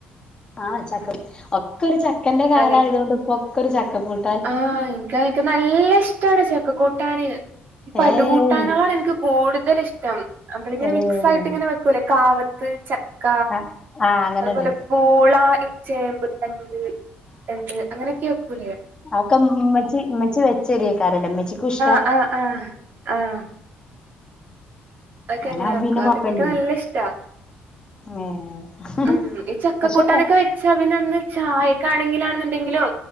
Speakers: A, on the left (about 20°); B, on the right (about 55°).
A: ആഹ് ചക്ക
B: ഉം
A: ഒക്കെ ഒരു ചക്കന്റെ കാലായതോണ്ട്
B: അതെ
A: ഇപ്പോ ഒക്കെ ഒരു ചക്ക പുഴു
B: ആഹ് ഇൻക്ക് അതൊക്കെ നല്ല ഇഷ്ട്ടാണ് ചക്ക കൂ കൂട്ടാന്, പടുകൂട്ടാനുകളാണ്
A: ഏഹ്
B: ഇനിക്ക് കൂടുതൽ ഇഷ്ട്ടം നമ്മളിങ്ങനെ
A: ഏഹ്
B: മിക്സ് ആയിട്ട് ഇങ്ങനെ വെക്കൂല്ലെ കാവത്ത്, ചക്ക
A: ആഹ് ആഹ് അങ്ങനെണ്ട്
B: അതുപോലെ പൂളാ ഈ ചേമ്പിൻതണ്ട്, ണ്ണിത്തണ്ട് അങ്ങനെയൊക്കെ വെക്കൂലെ.
A: അത് ഒക്കെ ഉം ഉമ്മച്ചി ഉമ്മച്ചി വെച്ചെരെയ്ക്കാരം ല്ലേ ഉമ്മച്ചിക്കും ഇഷ്ട്ടാ
B: ആഹ്, ആഹ് ആഹ് അതൊക്കെങ്ങനെയാ
A: അങ്ങനാവുമ്പോ
B: വെക്കാ
A: പിന്നെ കൊഴപ്പല്ലേനി
B: അതൊക്കെ ഇനിക്ക് നല്ല ഇഷ്ട്ടാ.
A: ഏഹ്
B: ഉം ഈ ചക്കക്കൂട്ടാനൊക്കെ
A: പക്ഷെ
B: വെച്ചാ പിന്നെ അന്ന് ചായക്കാണെങ്കിലാണ്ന്ന്ണ്ടെങ്കിലും